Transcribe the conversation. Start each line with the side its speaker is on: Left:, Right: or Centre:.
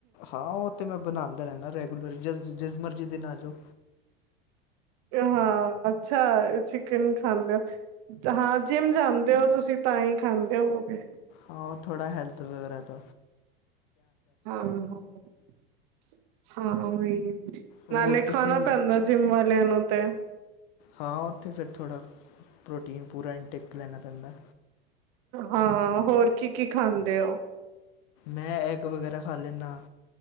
Left: ਹਾਂ ਉਹ ਤਾਂ ਮੈਂ ਬਣਾਉਂਦਾ ਰਹਿਨਾ ਰੈਗੂਲਰ ਜਿਸ ਜਿਸ ਮਰਜ਼ੀ ਦਿਨ ਆ ਜੋ।
Right: ਹਾਂ ਅੱਛਾ, ਚਿਕਨ ਖਾਂਦੇ ਹੋ। ਹਾਂ ਜਿੰਮ ਜਾਂਦੇ ਹੋ, ਤੁਸੀਂ ਤਾਂ ਹੀ ਖਾਂਦੇ ਹੋਵਗੇ।
Left: ਹਾਂ, ਓ ਥੋੜਾ ਹੈਲਥ ਵਗੈਰਾ ਤ
Right: ਹਾਂ, <unintelligible> ਹਾਂ ਏ।
Left: ਹੋਰ
Right: ਨਾਲੇ
Left: ਤੁਸੀਂ
Right: ਖਾਣਾ ਪੈਂਦਾ ਜਿੰਮ ਵਾਲਿਆਂ ਨੂੰ ਤੇ।
Left: ਹਾਂ ਓਥੇ ਫੇਰ ਥੋੜਾ ਪ੍ਰੋਟੀਨ ਪੂਰਾ ਇਨਟੇਕ ਲੈਣਾ ਪੈਂਦਾ।
Right: ਹਾਂ, ਹੋਰ ਕੀ-ਕੀ ਖਾਂਦੇ ਓ?
Left: ਮੈਂ ਐਗ ਵਗੈਰਾ ਖਾ ਲੈਨਾ,